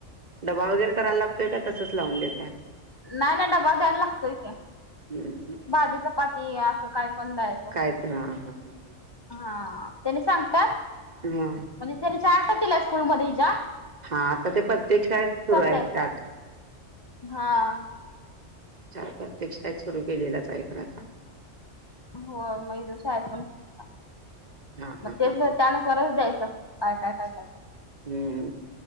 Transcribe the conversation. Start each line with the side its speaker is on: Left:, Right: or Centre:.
Right: डबा वगैरे करायला लागतोय का? तसच लावून देत आहे.
Left: नाही नाही डबा द्यायला लागतोय की.
Right: हम्.
Left: भाजी, चपाती असं काय पण द्याय
Right: कायतर ह हा ह ह.
Left: हा त्यानी सांगतात.
Right: हा.
Left: म्हणजे त्यांनी चार्टच दिल्यात स्कूलमध्ये हिज्या.
Right: हा आता ते प्रत्येक शाळेत सुरू आहे
Left: द्यायचं
Right: चार्ट.
Left: हा
Right: चार्ट प्रत्येक शाळेत सुरू केलेलंच आहे खर आता.
Left: हो मग हिज्या शाळेत पण आहे आता.
Right: हां
Left: मग
Right: हां
Left: तेच
Right: हां
Left: गं त्यानुसारच द्यायचं. काय काय काय काय.
Right: हां